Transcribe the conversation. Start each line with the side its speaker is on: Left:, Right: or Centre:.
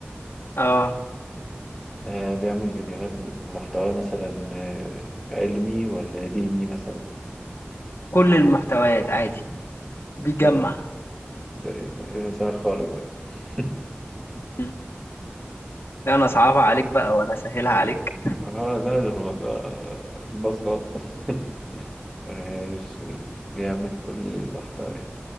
Left: اه
Centre: آه، بيعمل فيديوهات محتوى مثلا آه، علمي ولا ديني مثلا
Left: كل المحتويات عادي بيجمع
Centre: إيه ده؟ ده إيه إنسان خارق ده <laughs>
Left: مم. لا انا صعبة عليك بقى وانا سهلها عليك
Centre: أنا لا ده هو ده باص خالص <laughs> ماشي بيعمل كل المحتوى يعني.